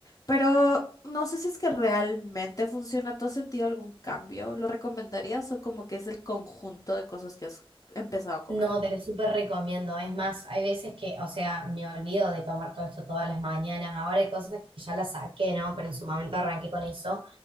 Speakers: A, on the left (about 35°); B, on the right (about 60°).
A: pero no sé si es que realmente funciona. ¿Tú has sentido algún cambio? ¿Lo recomendarías o como que es el conjunto de cosas que has empezado a comer?
B: No, te lo súper recomiendo. Es más, hay veces que, o sea, me olvido de tomar todo esto todas las mañanas. Ahora hay cosas que ya las saqué, ¿no? Pero en su momento arranqué con eso.